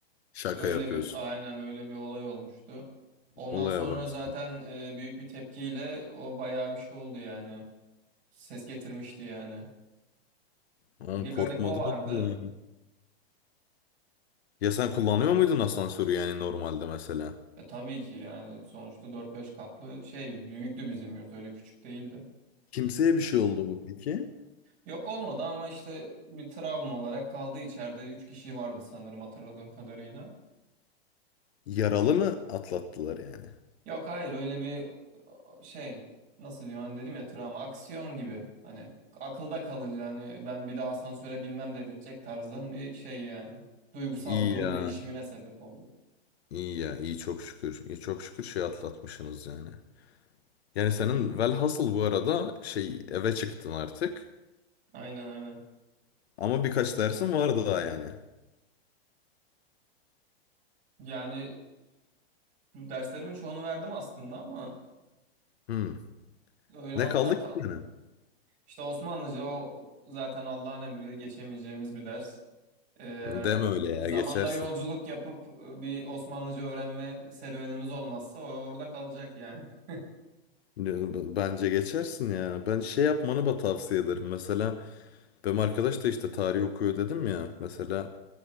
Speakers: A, on the left; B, on the right.
A: Şaka
B: Öyle
A: yapıyorsun.
B: bir aynen öyle bir olay olmuştu. Ondan
A: Olaya
B: sonra
A: bak.
B: zaten
A: sen.
B: e, büyük bir tepkiyle o bayağı bir şey oldu yani. Ses getirmişti yani.
A: Oğlum
B: Bir
A: korkmadın
B: garip o vardı.
A: mı? Ya sen kullanıyor muydun asansörü yani normalde mesela?
B: E tabii ki yani sonuçta dört beş katlı şey büyüktü bizim yurt öyle küçük değildi.
A: Kimseye bir şey oldu mu peki?
B: Yok olmadı ama işte bir travma olarak kaldı içeride 3 kişi vardı sanırım hatırladığım kadarıyla.
A: Yaralı mı atlattılar yani?
B: Yok hayır öyle bir şey nasıl diyeyim hani dedim ya travma aksiyon gibi hani akılda kalıcı hani ben bir daha asansöre binmem dedirtecek tarzdan bir şey yani. Duygusal
A: İyi
B: durum
A: ya.
B: değişimine sebep oldu.
A: İyi ya. iyi çok şükür. İyi çok şükür şey atlatmışsınız yani. Yani senin velhasıl bu arada şey eve çıktın artık.
B: Aynen aynen.
A: Ama birkaç dersin var daha yani.
B: Yani e, derslerimin çoğunu verdim aslında ama
A: Hmm.
B: öyle
A: Ne
B: alttan
A: kaldı
B: kal.
A: ki senin?
B: İşte Osmanlıca o zaten Allah'ın emri geçemeyeceğimiz bir ders. Ee,
A: Deme öyle ya
B: zamanda
A: geçersin.
B: yolculuk yapıp e, bir Osmanlıca öğrenme serüvenimiz olmazsa o orada kalacak yani. <laughs>
A: Ya, b- Bence geçersin ya. Ben şey yapmanı da tavsiye ederim. Mesela benim arkadaş da işte tarih okuyor dedim ya. Mesela